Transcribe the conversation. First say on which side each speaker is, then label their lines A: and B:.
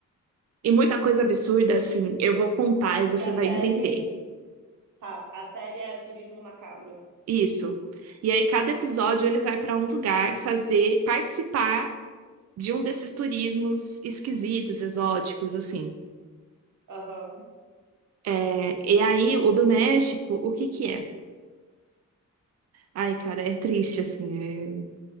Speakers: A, on the right (about 55°); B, on the right (about 75°).
A: E muita coisa absurda, assim, eu vou contar e você
B: E a
A: vai
B: série,
A: entender.
B: tá, a série é Turismo Macabro,
A: Isso. E aí, cada
B: tá,
A: episódio ele vai pra um lugar fazer, participar de um desses turismos esquisitos, exóticos, assim.
B: aham.
A: É, e aí, o do México, o que que é? Ai, cara, é triste, assim. é